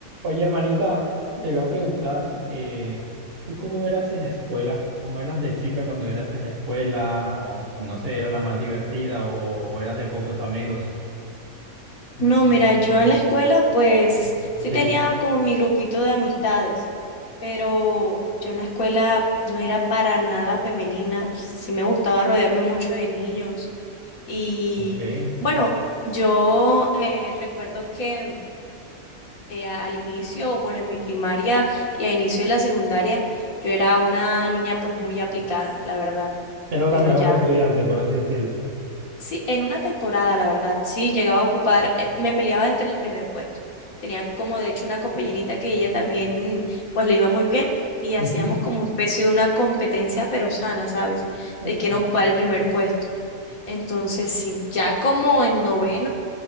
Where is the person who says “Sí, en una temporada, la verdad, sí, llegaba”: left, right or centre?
Left